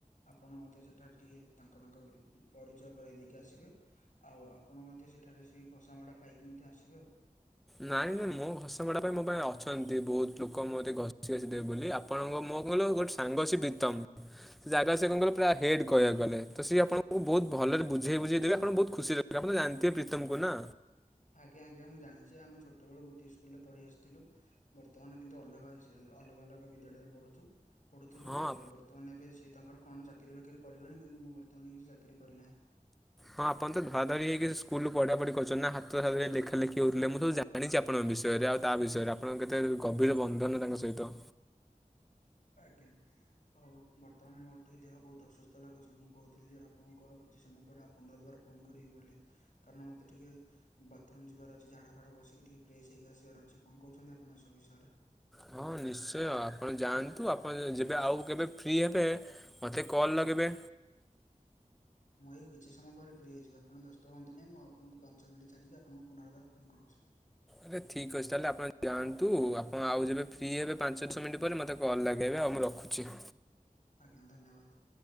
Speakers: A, on the left (about 65°); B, in the centre.
A: ଆପଣ ମତେ ସେଠାରେ ଟିକେ ତାଙ୍କ ତାଙ୍କ ପରିଚୟ କରାଇ ଦେଇକି ଆସିବେ। ଆଉ ଆପଣ ମଧ୍ୟ ସେଠାରେ ସେଇ ଘସାମଡ଼ା ଖାଇକି ମଧ୍ୟ ଆସିବେ ଆଉ।
B: ନାଇଁ ନାଇଁ ମୋ ଘଷା ମୋଡା ପାଇଁ ମୋ ପାଇଁ ଅଛନ୍ତି ବହୁତ ଲୋକ ମୋତେ ଘଷି ଘସି ଦେବେ ବୋଲି ଆପ ଆପଣଙ୍କ ମୋ କହିଲ ଗୋଟେ ସାଙ୍ଗ ଅଛି ବିତମ ସେ ଜାଗା ସେ କଣ କହିଲ ପୁରା ହେଡ କହିବାକୁ ଗଲେ ତ ସିଏ ଆପଣଙ୍କୁ ବହୁତ ଭଲରେ ବୁଝେଇ ବୁଝେଇ ଦେବେ ଆପଣ ବହୁତ ଖୁସିରେ ଆପଣ ତ ଜିଣି ଥିବେ ପ୍ରୀତମ କୁ ନା।
A: ଆଜ୍ଞା ଆଜ୍ଞା ମୁଁ ଜାଣିଛି ଆମେ ଛୋଟ ବେଳୁ ଗୋଟିଏ ସ୍କୁଲ ରେ ପଢ଼ି ଆସିଥିଲୁ। ବର୍ତ୍ତମାନ କିନ୍ତୁ ଅଲଗା ଅଲଗା ଅଲଗା ବିଦ୍ୟାଳୟରେ ପଢୁଛୁ। ପଢ଼ୁଥିଲୁ
B: ହଁ
A: ତ ବର୍ତ୍ତମାନ ଏବେ ସିଏ ତାଙ୍କର କଣ ଚାକିରି ଫାକିରି କରିବେଣୀ କିନ୍ତୁ ମୁଁ ବର୍ତ୍ତମାନ କିଛି ଚାକିରି କରିନାହିଁ।
B: ହଁ ଆପଣ ତ ଧରା ଧରି ହେଇକି ସ୍କୁଲରୁ ପଢା ପଢି କରିଛନ୍ତି ନା ହାତ ଧରା ଧରି ଲେଖା ଲଖି ହଉଥିଲେ ମୁଁ ସବୁ ଜା ଜାଣିଛି ଆପଣଙ୍କ ବିଷୟରେ ଆଉ ତା ବିଷୟରେ ଆପଣଙ୍କ କେତେ ଗଭୀର ବନ୍ଧନ ତାଙ୍କ ସହିତ।
A: ଆଜ୍ଞା। ହଉ ବର୍ତ୍ତମାନ ମୋର ଟିକେ ଦେହ ବହୁତ ଅସୁସ୍ଥ ଲାଗୁଛି ମୁଁ କହୁଥିଲି ଯେ ଆପଣଙ୍କୁ ଆଉ କିଛି ସମୟ ପରେ ପୁନର୍ବାର ଫୋନ କରିବି ବୋଲି କାରଣ ମତେ ଟିକେ ବାଥରୁମ ଯିବାର ଅଛି ଝାଡା ଫାଡା ବସିକି ଟିକେ ଫ୍ରେଶ ହେଇକି ଆସିବାର ଅଛି କଣ କହୁଛନ୍ତି ଆପଣ ସବୁ ବିଷୟରେ।
B: ହଁ ନିଶ୍ଚୟ ଆପଣ ଯାଆନ୍ତୁ ଆପଣ ଯେବେ ଆଉ କେବେ ଫ୍ରି ହେବେ ମତେ କଲ୍ ଲଗେଇବେ।
A: ମୁଁ ଏଇ କିଛି ସମୟ ପରେ ଫ୍ରି ହୋଇଯିବ ଆପଣ ବ୍ୟେସ୍ତ ହୁଅନ୍ତି ନାହିଁ ମୁଁ ଆପଣଙ୍କୁ ପାଞ୍ଚ ମିନଟ୍ ଛାଡ଼ିକି ଆପଣଙ୍କୁୁ ପୁନର୍ବାର ଫୋନ୍ କରୁଛି।
B: ଆରେ ଠିକ୍ ଅଛି ତାହେଲେ ଆପଣ ଯାଆନ୍ତୁ ଆପଣ ଆଉ ଯେବେ ଫି ହେବେ ପାଞ୍ଚ ଦଶ ମିନିଟ୍ ପରେ ମୋତେ କଲ୍ ଲଗାଇବେ ଆଉ ମୁଁ ରଖୁ ଚି
A: ଆଜ୍ଞା ଧନ୍ୟବାଦ।